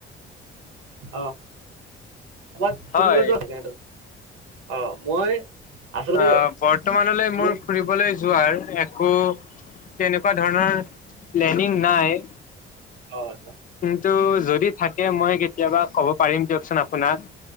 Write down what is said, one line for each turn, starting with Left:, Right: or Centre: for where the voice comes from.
Right: অ। কবাত ফুৰিব
Left: হয়
Right: যোৱা <unintelligible> অ, মই। আচলতে
Left: অ বৰ্তমানলৈ মোৰ
Right: মোক
Left: ফুৰিবলৈ। যোৱাৰ একো তেনেকুৱা ধৰণৰ প্লেনিং নাই।
Right: অ অ আচ্ছা।
Left: এটো যদি থাকে, মই কেতিয়াবা ক'ব পাৰিম দিয়কচোন আপোনাক।